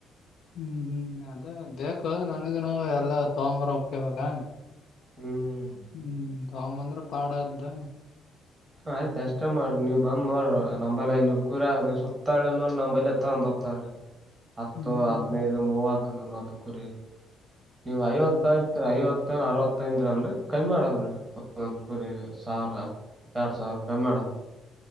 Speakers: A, on the left; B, on the right.
A: ಹ್ಮ್ ಹ್ಮ್ ಆಯ್ತು ಬೇಕು ನನಗನು ಎಲ್ಲಾ ತಕೋಬಾರ ಹೋಗ್ತಿವಲ್ಲ
B: ಹ್ಮ್
A: ಹ್ಮ್ ತಕೊಬಂದ್ರ ಪಾಡ್ಆದ್ಯ
B: ಆಯ್ತ ಅಷ್ಟ ಮಾಡ್ರಿ ನೀವು ಬಂದ್ ನೋಡ್ರಿ ನಂಬಲ್ ಐನೂರ್ ಕುರೀ ಅವ್ರಿ ಸುತ್ತಾ ಹಳ್ಳಿನು ನಂಬಲ್ಲೆ ತಕೊಂಡು ಹೋಗ್ತಾರೆ. ಹತ್ತು
A: ಹ್ಮ್
B: ಹದ್ನೈದು ಮೂವತ್ತು ನಲ್ವತ್ತು ಕುರಿ ನೀವು ಐವತ್ತು
A: ಹ್ಮ್
B: ಐತ್ರಿ ಐವತ್ತು ಅರವತ್ತೈದರ ಅಲ್ರಿ ಕಮ್ಮಿ ಮಾಡಮ್ರಿರೀ ಒಂದು ಕುರಿ ಸಾವಿರ ಎರಡು ಸಾವಿರ ಪೆ ಮಾಡು